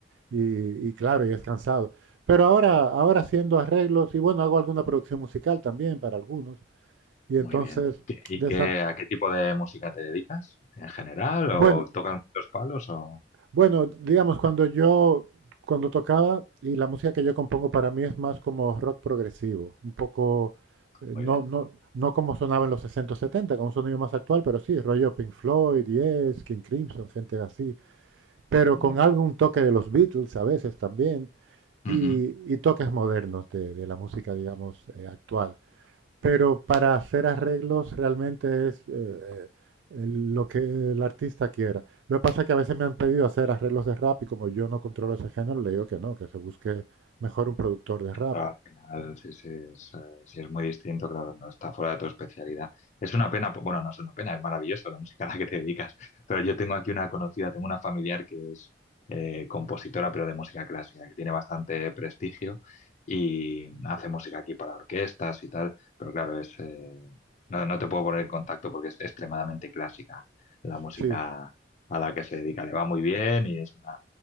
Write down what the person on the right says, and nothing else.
y, y claro, y es cansado. Pero ahora, ahora haciendo arreglos y bueno, hago alguna producción musical también para algunos. Y
entonces,
de
esa,
bueno,
bueno, digamos, cuando yo, cuando tocaba, y la música que yo compongo para mí es más como rock progresivo, un poco, eh,
no,
no, no como sonaba en los 60 o 70, como un sonido más actual, pero sí, rollo Pink Floyd, Yes, King Crimson, gente así, pero
con
algún toque de los Beatles a veces también,
y, y toques modernos de, de la música, digamos, eh, actual. Pero para hacer arreglos realmente es eh, eh, el- lo que el artista quiera. Lo que pasa es que a veces me han pedido hacer arreglos de rap y como yo no controlo ese género, le digo que no, que se busque mejor un productor de rap.
Sí,